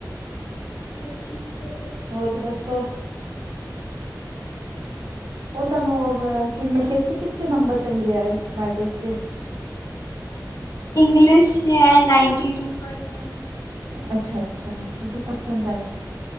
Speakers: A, on the left (about 60°); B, on the right (about 75°).
A: ਹਾਂਜੀ, ਬੋਲੋ।
B: ਹੋਰ, ਦੱਸੋ? ਉਹ ਤੁਹਾਨੂੰ, ਕਿੰਨੇ, ਕਿੱਚ-ਕਿੱਚ ਨੰਬਰ ਚੰਗੇ ਆਏ? ਮੈਟ੍ਰਿਕ'ਚ
A: ਇੰਗਲਿਸ਼'ਚ ਆਏ, ਨਾਈਂਨਟੀ-ਟੂ ਪਰਸੈਂਟ।
B: ਅੱਛਾ-ਅੱਛਾ ਨਾਈਨਟੀ-ਟੂ ਪਰਸੈਂਟ ਆਏ,